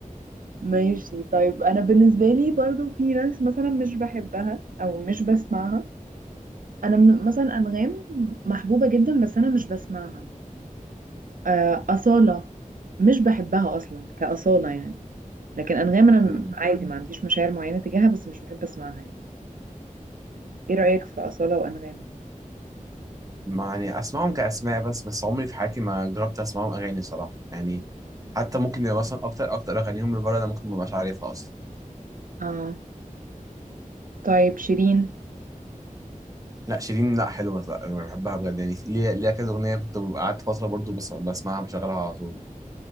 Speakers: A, on the right; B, on the right.
A: ماشي طيب انا بالنسبه لي برضو في ناس مثلا مش بحبها او مش بسمعها انا من مثلا انغام محبوبه جدا بس انا مش بسمعها آه، أصالة مش بحبها أصلا كأصالة يعني لكن أنغام أنا
B: أمم.
A: عادي ما عنديش مشاعر معينة تجاهها بس مش بحب أسمعها يعني إيه رأيك في أصالة وأنغام؟
B: ما يعني اسمعهم كاسماء بس بس عمري في حياتي ما جربت اسمعهم اغاني صراحه يعني حتى ممكن يبقى مثلا اكتر اكتر اغانيهم لفاره انا ممكن ما ابقاش عارفها اصلا
A: آه طيب شيرين
B: لا شيرين لا حلوه لا أنا بحبها بجد يعني ليها ليها كذا اغنيه كنت ببقى قعدت فتره برضو بس بسمعها بشغلها على طول